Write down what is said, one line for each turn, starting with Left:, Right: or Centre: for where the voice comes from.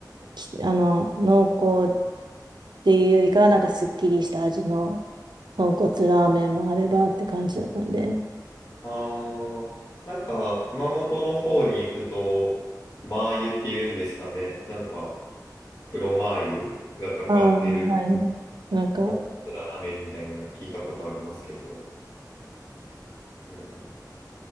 Right: きあの、濃厚っていうよりかは、なんかすっきりした味の豚骨ラーメンもあればって感じだったんで。
Left: あー、なんか、熊本の方に行くと、マー油って言うんですかね。なんか、黒マー油がかかってる、
Right: ああ、はい。なんか、
Left: もっこすラーメンみたいな聞いたことありますけど、うん、